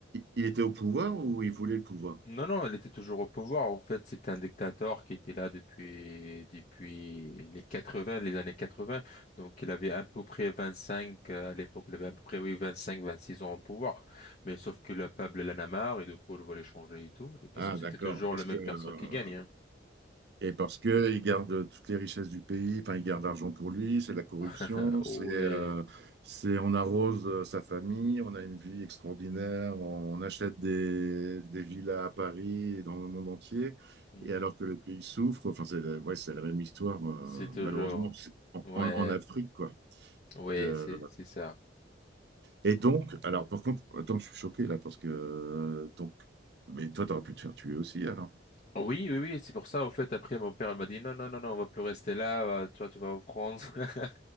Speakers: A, on the right; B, on the left.
A: il était au pouvoir ou il voulait le pouvoir?
B: non non, elle était toujours au pouvoir en fait, c'était un dictateur qui était là depuis depuis les quatre-vingts les années quatre-vingts Donc il avait à peu près 25 euh, à l'époque, il avait à peu près oui vingt-cinq vingt-six ans au pouvoir. Mais sauf que le peuple l'en a marre et du coup, il voulait changer et tout parce
A: Ah,
B: que c'était
A: d'accord.
B: toujours
A: Parce
B: la même
A: que, euh,
B: personne qui gagne hein.
A: et parce que il garde toutes les richesses du pays, enfin, il garde l'argent pour lui, c'est la corruption,
B: <laughs>
A: c'est,
B: Oh
A: euh,
B: ouais.
A: c'est, on arrose euh, sa famille, on a une vie extraordinaire, on achète des, des villas à Paris et dans le monde entier,
B: Hmm.
A: et alors que le pays souffre, enfin, c'est, la- ouais, c'est la même histoire, euh,
B: C'est toujours
A: malheureusement, c'est- en,
B: ouais.
A: en Afrique, quoi.
B: Ouais,
A: De,
B: c'est c'est ça.
A: Et donc, alors par contre, attends, je suis choqué là parce que euh, donc, mais toi, t'aurais pu te faire tuer aussi alors.
B: Oui, oui, oui, c'est pour ça, en fait, après, mon père, il m'a dit, non, non, non, non, on va plus rester là, euh, tu vois, tu vas en France, <laughs>